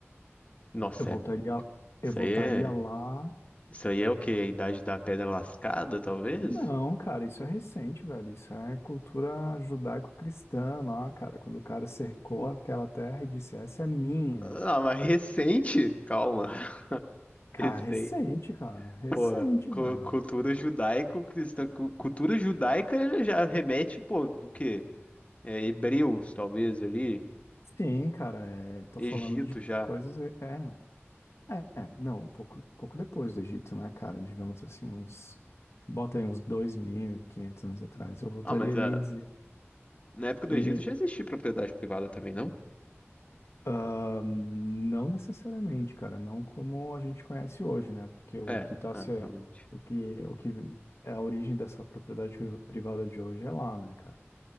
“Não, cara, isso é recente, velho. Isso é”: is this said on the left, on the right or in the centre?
Left